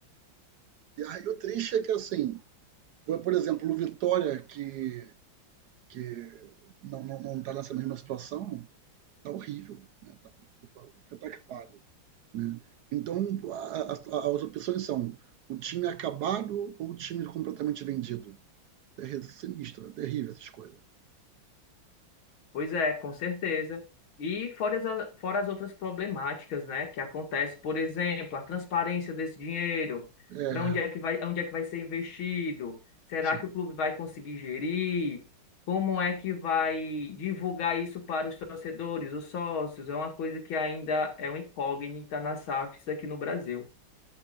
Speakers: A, on the right; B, on the left.
A: E aí o triste é que, assim, foi, por exemplo, o Vitória que que não não, não está nessa mesma situação, está horrível. Né? Tá, Vitória está retardado. Né? Então, a, a, as opções são o time acabado ou o time completamente vendido. É sinistro, é terrível essa escolha.
B: Pois é, com certeza. E fora as, fora as outras problemáticas, né, que acontece, por exemplo, a transparência desse dinheiro,
A: É,
B: para onde é que vai, onde é que vai ser investido? Será
A: sim,
B: que o clube vai conseguir gerir? Como é que vai divulgar isso para os torcedores, os sócios? É uma coisa que ainda é uma incógnita nas SAFs aqui no Brasil.